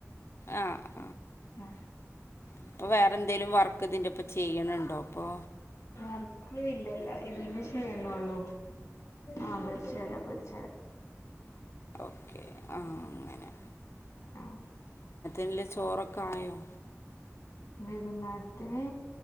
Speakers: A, on the left (about 50°); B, on the left (about 70°).
A: ആഹ്
B: ആ
A: ഇപ്പൊ വേറെന്തേലും വർക്ക് ഇതിന്റപ്പം ചെയ്യണുണ്ടോ അപ്പൊ?
B: അക്ളി ഇല്ലല്ല ഇതന്നെ ചെയ്യണള്ളൂ. ആ പടിച്ചരാ പിടിച്ചരാ
A: ഓക്കെ ആ അങ്ങനെ
B: ആ
A: ഇല്ല ചോറൊക്കെ ആയോ?
B: വൈകുന്നേര ത്തിഞ്ഞി